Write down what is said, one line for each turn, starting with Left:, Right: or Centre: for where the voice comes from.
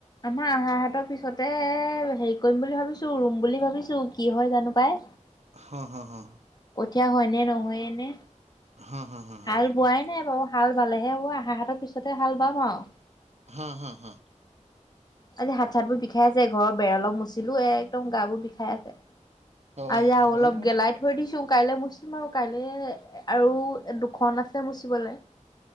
Left: আমাৰ আহাৰ হাতৰ পিছতে হেৰি কৰিম বুলি ভাবিছো ৰুম বুলি ভাবিছো কি হয় জানো পাই।
Right: হা হা হা
Left: কঠিয়া হয় নে নহয়ে নে?
Right: হা হা হা হা
Left: হাল বোৱাই নাই বাৰু হাল বালেহে হব আহাৰ হাতত ত পিছতে হাল বাম আও
Right: হা হা হা
Left: আজি হাত চাত বোৰ বিষাই আছে ঘৰ বেৰ অলপ মুচিলো এ একদম গা বোৰ বিষাই আছে
Right: হয়
Left: আজি আও
Right: হয়
Left: অলপ গেলাই থৈ দিছো। মছ কাইলৈ মুচিম আৰু কাইলে আৰু দুখন আছে মোচিবলে। <unintelligible>